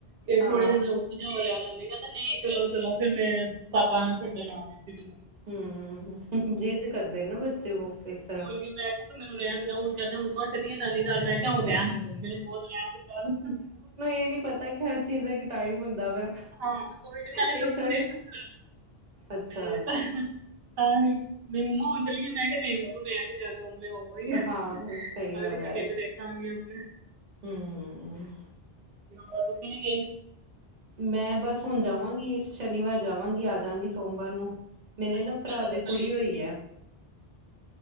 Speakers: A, on the right; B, on the right.
A: ਤੇ
B: ਹਾਂ
A: ਥੋੜੇ ਦਿਨ। ਹੋਰਿਆਂ ਨੇ ਕਹਿੰਦਾ ਨਹੀਂ ਚਲੋ, ਚਲੋ। ਫਿਰ ਮੇਰੇ ਪਾਪਾ ਛੱਡਣ ਆ ਗਏ ਸੀ। ਮੈਨੂੰ
B: ਹੂੰ ਜਿੱਦ ਕਰਦੇ ਨਾ ਬੱਚੇ ਵ ਇਸ ਤਰ੍ਹਾਂ।
A: ਮੈ ਕਿਹਾ ਮੈਨੂੰ ਰਹਿਣ ਦੇ, ਹੁਣ ਕਹਿੰਦਾ ਮੰਮਾ ਚੱਲੀਏ ਨਾਨੀ ਘਰ ਮੈਂ। ਉਹ ਰਹਿਣ ਦੇ ਤੂੰ ਮੈਨੂੰ ਬਹੁਤ ਰਹਿਣ ਦਿੱਤਾ ਵ।
B: ਨਹੀਂ ਪਤਾ ਕਿ। ਹਰ ਚੀਜ਼ ਦਾ ਇੱਕ ਟਾਈਮ ਹੁੰਦਾ ਵਾ।
A: ਹਾਂ ਕੋਹੇ ਨਾਲੇ
B: ਇਹ
A: ਦੂਰ
B: ਥੋੜੇ
A: ਹੈ ਨਾ ਤੇ।
B: ਅੱਛਾ
A: ਆ ਨਹੀਂ ਮੰਮਾ ਹੁਣ ਚੱਲੀਆਂ ਮੈਂ ਕਿਹਾ ਨਹੀਂ ਬਾਬੂ ਮੈਂ ਨੀ ਜਾਣਾ ਹੁਣ। ਉਹ ਹੀ ਆ
B: ਹਾਂ ਸਹੀ ਗੱਲ
A: ਅਗਲੀ ਛੁੱਟੀਆਂ
B: ਹੈ।
A: ਤੋਂ ਦੇਖਾਂਗੀ ਹੁਣ।
B: ਹੂੰ
A: ਹਾਂ ਤੁਸੀਂ ਵੀ।
B: ਮੈਂ ਬਸ ਹੁਣ ਜਾਵਾਂਗੀ, ਇਸ ਸ਼ਨੀਵਾਰ ਜਾਵਾਂਗੀ ਆ ਜਾਗੀ ਸੋਮਵਾਰ ਨੂੰ। ਮੇਰੇ
A: ਅੱਛਾ
B: ਨਾ ਭਰਾ
A: ਤੁਹਾਡਾ
B: ਦੇ
A: ਲੋਕਲ
B: ਕੁੜੀ
A: ਹੀ
B: ਹੋਈ ਹੈ।